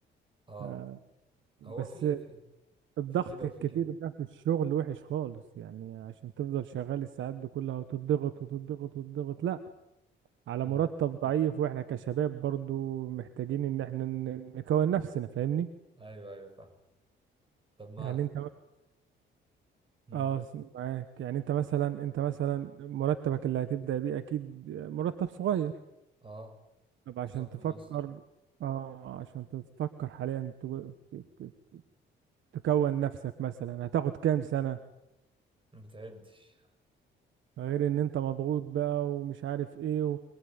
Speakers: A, on the right; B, on the right.
A: اه
B: آه، بس
A: هو في في
B: الضغط
A: في كده وفي
B: الكتير
A: كده
B: ده في الشغل وحش خالص يعني عشان تفضل شغال الساعات دي كلها وتضغط وتضغط وتضغط لا على
A: امم
B: مرتب ضعيف واحنا كشباب برضو محتاجين ان احنا ن- نكون نفسنا فاهمني
A: ايوه ايوه فاهم طب ما
B: يعني انت
A: امم
B: اه معاك يعني انت مثلا انت مثلا مرتبك اللي هتبدأ بيه اكيد مرتب صغير
A: اه
B: طب عشان
A: خصوصا
B: تفكر
A: في مصر
B: اه عشان تفكر حاليا تو- ت- تكون نفسك مثلا هتاخد كام سنة
A: ما بتعدش
B: غير ان انت مضغوط بقى ومش عارف ايه و...